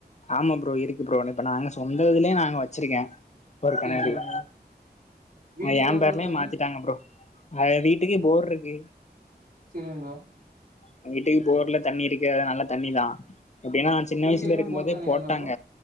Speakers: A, on the left; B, on the right.
A: ஆமா ப்ரோ இருக்கு ப்ரோ இப்ப நாங்க சொந்த இதுலயே நாங்க வச்சிருக்கே ஒரு கெணறுல
B: சேரி சேரிங்க வீட்டுக்குலா
A: மா ஏம்பேர்லயே
B: ப்ரோ தண்ணி
A: மாத்திட்டாங்க ப்ரோ பழய வீட்டுக்கே போர்ருக்கு
B: செரிங்க ப்ரோ
A: எங்க வீட்டுக்கு போர்ல தண்ணி இருக்கு அது நல்ல தண்ணிதா எப்டினா
B: ப்ரோ
A: சின்ன
B: குடிக்கிறக்கு
A: வயசுல இருக்கும்போதே
B: போர் தண்ணி
A: போட்டாங்க
B: தான ப்ரோ